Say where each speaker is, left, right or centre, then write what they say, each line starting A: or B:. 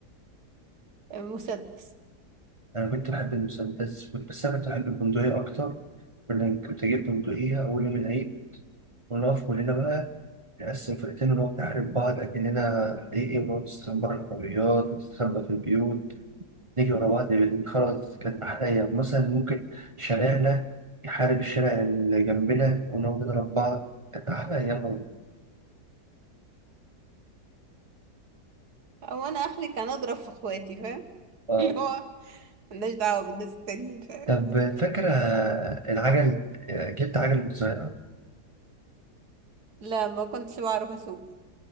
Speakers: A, on the right; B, on the right.
A: مسدس
B: أنا كنت بحب المسدس بس أنا كنت بحب البندقية أكتر لأن كنت أجيب بندقية أول يوم العيد ونقف كلنا بقى نقسم فرقتين ونقعد نحارب بعض أكننا حقيقي ونقعد نستخبى بره العربيات ونستخبى في البيوت نيجي ورا بعض بنقول خلاص كانت أحلى أيام مثلا ممكن شارعنا يحارب الشارع اللي جنبنا ونقعد نضرب بعض كانت أحلى أيام والله
A: او انا اخري كان اضرب في اخواتي فاهم <laughs>
B: آه
A: اللي هو ملناش دعوه بالناس التانيين فاهم
B: طب فاكرة العجل آه، جبت عجل صغيرة
A: لا ما كنتش بعرف اسوق